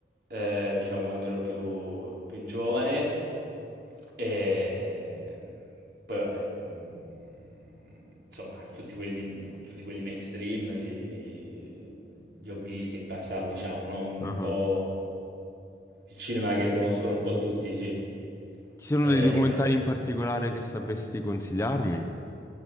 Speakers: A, on the right; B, on the left.
A: eh, diciamo quando ero più, più giovane, e poi vabbè, mm, insomma, tutti quelli, di- tutti quelli mainstream sì, li ho visti in passato, diciamo, no? Un
B: ah.
A: po' il cinema che conoscono un po' tutti, sì.
B: Ci sono
A: Eh,
B: dei documentari in particolare che sapresti consigliarmi?